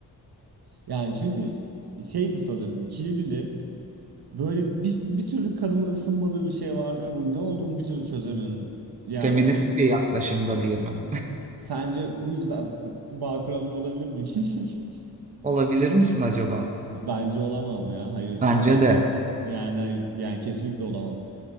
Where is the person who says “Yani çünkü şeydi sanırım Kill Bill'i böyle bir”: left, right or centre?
Right